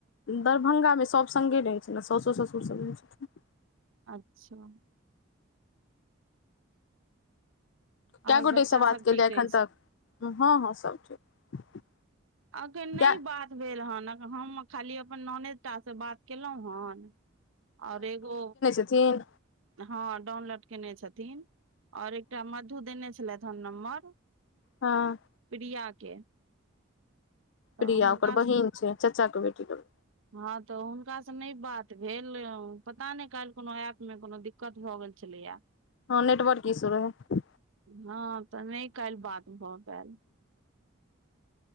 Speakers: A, on the left; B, on the right.
A: दरभंगामे सभ संगे रहै छै ने सउस ससुर सभ रहै छथिन
B: अच्छा
A: कए
B: और
A: गोटेसँ
B: बच्चा
A: बात
B: सब ठीक
A: केलियै एखन
B: अछि
A: तक हँ हँ सभ ठीक
B: एखन नहि
A: क्या
B: बात भेल हेन हम खाली अपन नानेद टासँ बात केलहुँ हन आर एगो
A: जी
B: हँ डाउनलोड केने छथिन ओर एकटा मधु देने छलथ हेन नम्बर
A: हँ
B: प्रिया के तऽ
A: प्रिया
B: हुनका
A: ओकर बहिन छै चाचा के बेटी के
B: हँ तऽ हुनका से नहि बात भेल पता नहि काल कोनो ऐप मे कोनो दिक्क कत भऽ गेल छलैया
A: हँ नेटवर्क इसू रहै
B: हँ तऽ नहि काल्हि बात भऽ पेयल